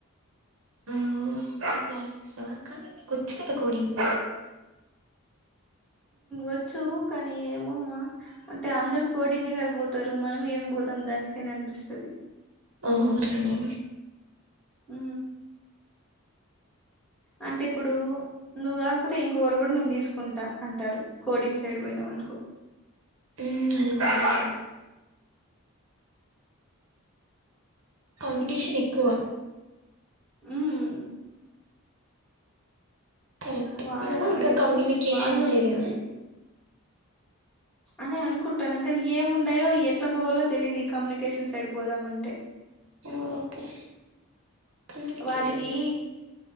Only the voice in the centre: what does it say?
ఒచ్చు కానీ ఏమోమ్మా అంటే అందరు కోడింగే కద పోతారు మనం ఏం పోదాం దానికని అని అనిపిస్తది.
ఉ అంటే ఇప్పుడు నువ్వు గాకపోతే ఇంకోకరు గూడ నేను తీసుకుంటా అంటారు కోడింగ్ సైడ్ పోయినామనుకో
ఉమ్
ఉమ్
వాయా
ఎవరు
వాల్లోస్తరు
అని అనుకుంటాన కానీ ఏముండాయో ఎట్లా పోవాలో తెలిదు ఈ కమ్యూనికేషన్ సైడ్ పోదామంటే
వాటికీ